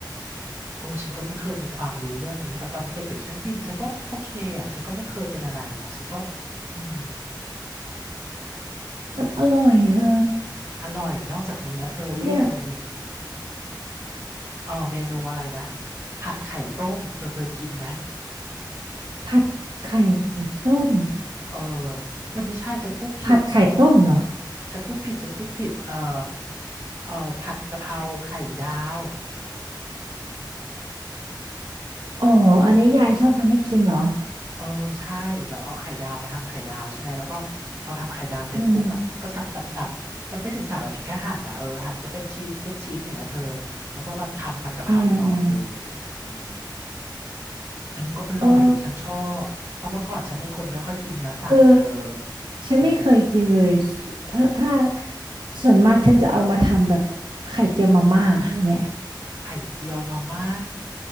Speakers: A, on the right; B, on the right.
A: โอ้ฉันก็ไม่เคยมีความรู้เรื่องนี้แต่ตอนเด็กๆฉันกินฉันก็โอเคอ่ะฉันก็ไม่เคยเป็นอะไรนะฉันก็อืม
B: มันอร่อยเธอ
A: อร่อยนอกจากนี้นะเธอก็ยังมี
B: เนี่ย
A: เออเมนูอะไรนะผัดไข่ต้มเธอเคยกินไหม
B: ผัดไข่ต้ม
A: เออเออไม่ใช่ฉันพูดผิด
B: ผัดไข่ต้มเหรอ
A: ฉันพูดผิดฉันพูดผิดเออเออผัดกะเพราไข่ดาว
B: อ๋ออันนี้ยายชอบทำให้กินเหรอ
A: เออใช่แบบเอาไข่ดาวมาทำไข่ดาวใช่ไหมแล้วก็พอทำไข่ดาวเสร็จปุ๊บอ่ะก็สับสับสับมันไม่ถึงสับอะถึงแค่หั่นนะเออหั่นให้เป็นชิ้นชิ้นชิ้นเนี่ยเธอ
B: อืม
A: แล้วก็มาทำผัดกะเพราต่อเลยอืม
B: อืมอืม
A: อันนี้ก็อร่อยฉันชอบเพราะเมื่อก่อนฉันเป็นคนไม่ค่อยกินเนื้อสัตว์เธอ
B: อ๋อ เออฉันไม่เคยกินเลย
A: อืม
B: ถ้าถ้าส่วนมากฉันจะเอามาทำแบบไข่เจียวมาม่าค่ะเนี่ย
A: ไข่เจียวมาม่า